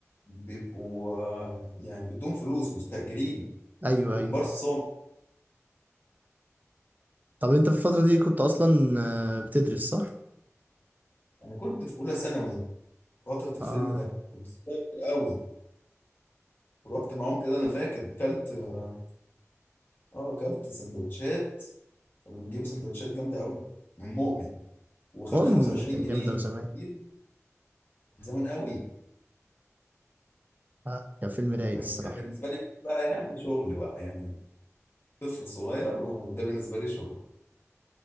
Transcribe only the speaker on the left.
بيبقوا آه، يعني بدون فلوس مستأجرين
كومبارس
صامت
انا كنت في اولى ثانوي فتره الفيلم
ده كنت صغير قوي ورحت معاهم كده انا فاكر كلت اه آه، كلت سندوتشات كانوا بيجيبوا سندوتشات جامده قوي من مؤمن وخد
25
جنيه
كتير زمان قوي
يعني
كان بالنسبه لي بقى يعني شغل بقى يعني طفل صغير وده بالنسبه لي شغل